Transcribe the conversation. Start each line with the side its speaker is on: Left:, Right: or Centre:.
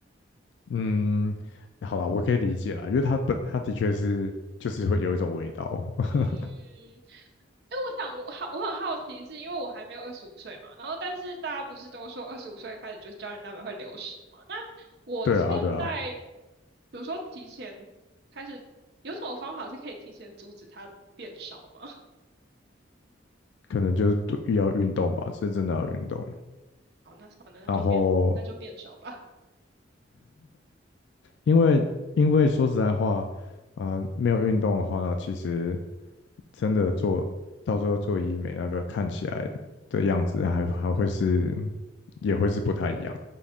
Left: 嗯，好啦，我可以理解啦，因为它本它的确是就是会有一种味道。<laughs>
Right: 嗯，哎，我想我好，我很好奇，是因为我还没有二十五岁嘛，然后但是大家不是都说二十五岁开始就是胶原蛋白会流失嘛？那我现在比如说提前开始，
Left: 对啊，对啊，
Right: 有什么方法是可以提前阻止它变少吗？<laughs>
Left: 可能就是多要运动吧，是真的要运动。
Right: 好，那算了，那就变那就变少吧。
Left: 然后，
Right: <laughs>
Left: 因为因为说实在话，啊、没有运动的话，其实真的做到最后做医美那个看起来的样子还还会是也会是不太一样。